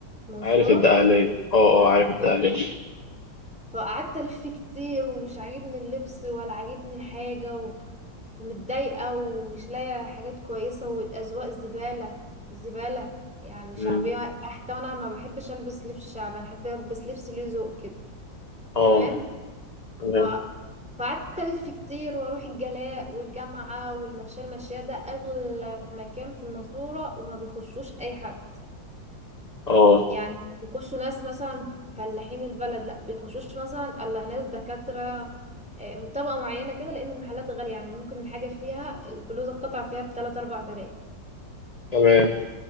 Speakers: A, in the centre; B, on the left.
A: منصورة
B: عارف الدقهلية اه اه عارف الدقهلية
A: اه فقعدت ألف كتير ومش عاجبني اللبس ولا عاجبني حاجة و... ومتضايقة ومش لاقية حاجات كويسة والأذواق زبالة زبالة يعني شعبية
B: مم.
A: بحتة وأنا ما بحبش ألبس لبس شعبي أنا بحب ألبس لبس ليه ذوق كده
B: اه
A: تمام
B: تمام
A: ف فقعدت ألف كتير وأروح الجلاء والجامعة والمشاة المشاة ده أغلى مكان في المنصورة وما بيخشوش أي حد
B: اه
A: يعني مش بيخشوا ناس مثلا فلاحين البلد لا بيخشوش مثلا الا ناس دكاترة آه، طبقة معينة كده لأن المحلات غالية يعني ممكن الحاجة فيها البلوزة القطعة فيها بتلات أربع تلاف
B: تمام